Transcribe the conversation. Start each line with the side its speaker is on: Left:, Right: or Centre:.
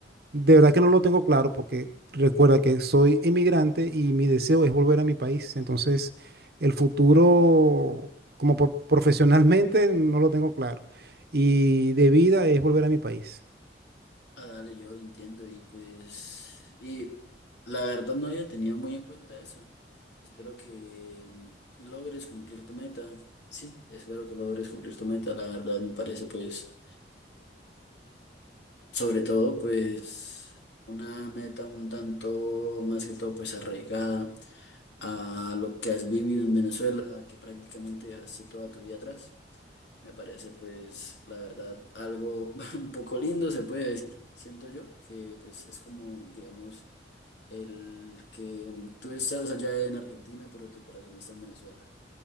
Right: De verdad que no lo tengo claro porque recuerda que soy emigrante y mi deseo es volver a mi país. Entonces, el futuro como por- profesionalmente no lo tengo claro. Y de vida es volver a mi país.
Left: Ah, dale, yo lo entiendo y pues, y la verdad no había tenido muy en cuenta eso. Espero que mm, logres cumplir tu meta. Sí, espero que logres cumplir tu meta. La verdad me parece pues Sobre todo, pues, una meta un tanto más que todo, pues, arraigada a lo que has vivido en Venezuela, que prácticamente hace toda tu vida atrás. Me parece, pues, la verdad, algo <laughs> un poco lindo, se puede decir, siento yo, que pues es como, digamos, el que tú estás allá en Argentina, pero tu corazón está en Venezuela.